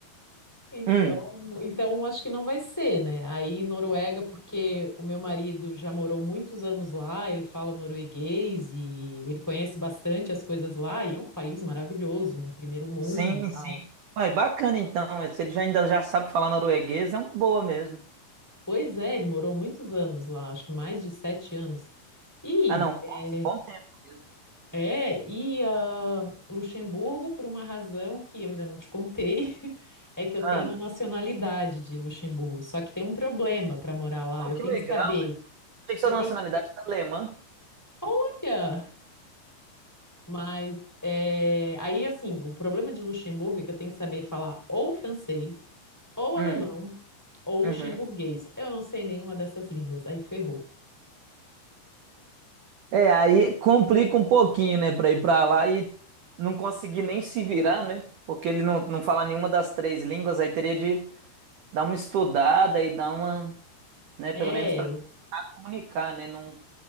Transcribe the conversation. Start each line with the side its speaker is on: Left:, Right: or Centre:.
Centre: Então,
Right: Hum,
Centre: então acho que não vai ser, né? Aí Noruega, porque o meu marido já morou muitos anos lá, ele fala norueguês e ele conhece bastante as coisas lá, e é um país maravilhoso, né? Primeiro mundo
Right: sim,
Centre: e tal.
Right: sim. Uai, bacana então. Se ele já ainda já sabe falar norueguês, é uma boa mesmo.
Centre: Pois é, ele morou muitos anos lá, acho que mais de sete anos. E
Right: Ah, não, bom
Centre: é,
Right: bom tempo mesmo.
Centre: é, e ah, Luxemburgo, por uma razão que eu ainda não te contei, <laughs> é que eu tenho
Right: Ah,
Centre: a nacionalidade de Luxemburgo. Só que tem um problema para morar lá.
Right: pô,
Centre: Eu
Right: que
Centre: tenho
Right: legal,
Centre: que saber.
Right: Achei que sua
Centre: Eu
Right: nacionalidade
Centre: tenho.
Right: era alemã.
Centre: Olha! Mas é, aí, assim, o problema de Luxemburgo é que eu tenho que saber falar ou francês, ou alemão,
Right: Hum,
Centre: ou luxemburguês.
Right: uhum.
Centre: Eu não sei nenhuma dessas línguas. Aí ferrou.
Right: É, aí complica um pouquinho, né, pra ir pra lá e não conseguir nem se virar, né? Porque ele não, não fala nenhuma das três línguas, aí teria de dar uma estudada e dar uma, né,
Centre: É,
Right: pelo menos pra comunicar, né? Não,